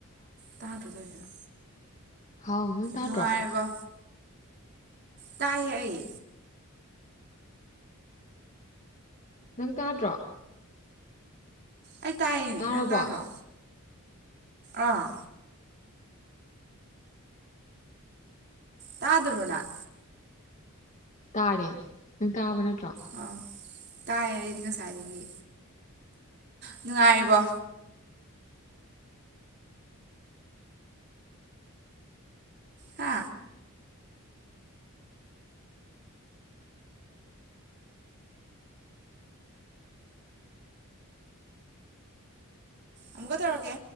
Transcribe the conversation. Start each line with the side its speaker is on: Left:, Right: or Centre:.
Right: ꯇꯗ꯭ꯔꯣ ꯇꯧꯔꯤꯁꯤ ꯫
Left: ꯍꯥꯎ ꯅꯪ ꯇꯥꯗ꯭ꯔꯣ
Right: ꯅꯨꯡꯉꯥꯏꯔꯤꯕꯣ ꯇꯥꯏꯌꯦ ꯑꯩ
Left: ꯅꯪ ꯇꯥꯗ꯭ꯔꯣ
Right: ꯑꯩ ꯇꯥꯏꯌꯦ
Left: ꯇꯥꯔꯕꯣ
Right: ꯅꯪ ꯇꯥꯗ꯭ꯔꯣ ꯑꯥ ꯇꯥꯗꯕ꯭ꯔꯣꯅꯪ ꯫
Left: ꯇꯥꯔꯦ ꯅꯪ ꯇꯥꯔꯕ ꯅꯠꯇ꯭ꯔꯣ
Right: ꯑꯧ ꯇꯥꯏꯌꯦ ꯑꯩꯗꯤ ꯉꯁꯥꯏꯗꯒꯤ ꯅꯨꯡꯉꯥꯏꯔꯤꯕꯣ ꯍꯥ ꯑꯃꯨꯛꯀ ꯇꯧꯔꯛꯀꯦ